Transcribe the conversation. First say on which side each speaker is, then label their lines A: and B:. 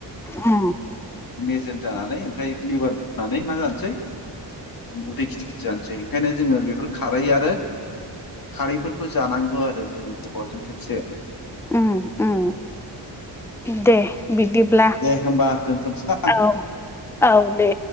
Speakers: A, in the centre; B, on the left.
A: उम।
B: मेजेम जानानै ओमफ्राय लिभार बुनानै मा जानोसै उदै गिदिद जानोसै ओंखायनो जोङो बेफोर खारै आरो खारैफोरखौ जानांगौ आरो जोङो गोबावजों खेबसे।
A: उम उम दे। बिदिब्ला
B: दे होमबा दोनथ'नोसै ना
A: औ औ दे।